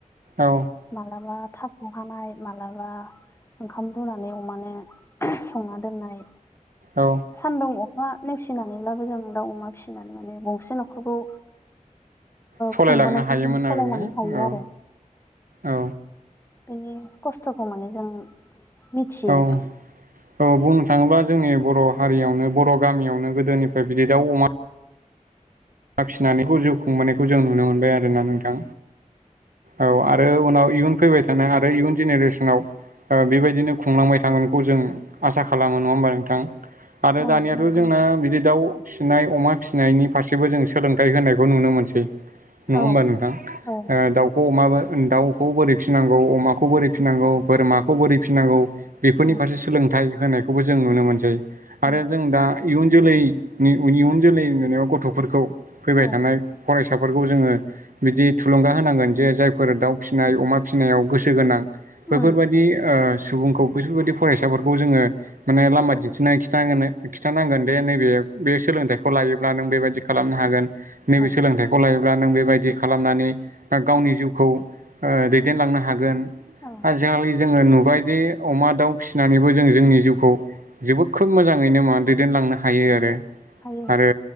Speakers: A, on the right; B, on the left.
A: औ
B: मालाबा थास' हानाय माब्लाबा ओंखाम रुनानै अमानो संना दोननाय
A: औ
B: सान्दुं अखा नेवसिनानैब्लाबो जों दाउ अमा फिसिनानै माने गंसे न'खरखौ
A: सालायलांनो
B: खुंबोनायखौ
A: हायोमोन
B: जों सालायलांनो
A: आरोना
B: हायो
A: औ
B: आरो
A: औ
B: बिनि खस्थ'खौ माने जों मिथियो
A: औ औ बुंनो थाङोब्ला जोंनि बर' हारियावनो बर' गामियावनो गोदोनिफ्राय बिदि दाउ अमा फिसिनानै जिउ खुंबोनायखौ जों नुनो मोनबाय आरोना नोंथां औ आरो उनाव इयुन फैबाय थानाय आरो इयुन जेनेरेसनाव बेबायदिनो खुंलांबाय थागोनखौ जों आसा खालामो नङा होमबा नोंथां आरो
B: औ
A: दानियाथ'
B: नंगौ
A: जोंना बिदि दाउ फिसिनाय अमा फिसिनायनि फारसे गासिबो जों सोलोंथाइ होनायखौ नुनो मोनसै नङा होमबा
B: औ
A: नोंथां
B: औ
A: दाउखौ अमाबो दाउखौ बोरै फिनांगौ अमाखौ बोरै फिनांगौ बोरमाखौ बोरै फिनांगौ बेफोरनि
B: उम
A: फारसे सोलोंथाइ होनायखौबो जों नुनो मोनसै आरो
B: उम
A: जों दा इयुन जोलैनि इयुन जोलै गथ'फोरखौ फैबाय
B: औ
A: थानाय फरायसाफोरखौ जोङो बिदि थुलुंगा होनांगोन जे जायफोर दाउ फिसिनाय अमा फिसिनायाव गोसो गोनां बेफोर
B: उम
A: बायदि सुबुंखौ बेफोरबायाददि फरायसाफोरखौ जोङो माने लामा दिन्थिनानै खिथोन खिन्थानांगोन दे नैबे बे सोलोंथाइखौ लायोब्ला नों बेबायदि खालामनो हागोन नैबे
B: औ
A: सोलोंथाइखौ लायो अ नों बेबायदि खालामनानै गावनि जिउखौ दैदेनलांनो हागोन आजिखालि
B: औ
A: जोङो नुबायदि अमा दाउ फिसिनानैबो जों जोंनि जिउखौ जोबोद खोब मोजाङैनो मा दैदेनलांनो हायो आरो
B: हायो
A: आरो